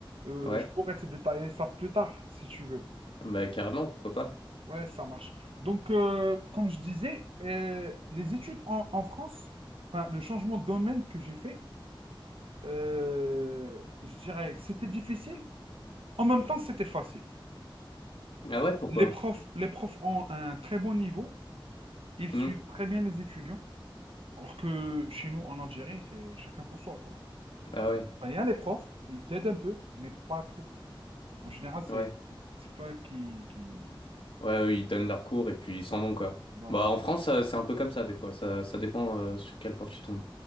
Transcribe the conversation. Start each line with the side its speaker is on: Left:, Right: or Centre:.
Right: Euh,
Left: Ouais.
Right: je pourrais te détailler ça plus tard, si tu veux.
Left: Bah carrément, pourquoi pas?
Right: Ouais, ça marche. Donc, euh, comme je disais, euh, les études en, en France, enfin, le changement de domaine que j'ai fait, euh, je dirais que c'était difficile. En même temps, c'était facile.
Left: Ah ouais, pourquoi?
Right: Les profs, les profs ont un très bon niveau. Ils
Left: Hmm.
Right: suivent très bien les étudiants. Alors que chez nous, en Algérie, c'est chacun pour soi, quoi.
Left: Ah ouais,
Right: Enfin, il y a les profs, ils t'aident un peu, mais pas trop. En général, c'est
Left: ouais.
Right: c'est toi qui, qui...
Left: Ouais, eux, ils donnent leurs cours et puis ils s'en vont, quoi.
Right: Voilà.
Left: Bah en France, ça- c'est un peu comme ça des fois. Ça, ça dépend euh, sur quel prof tu tombes.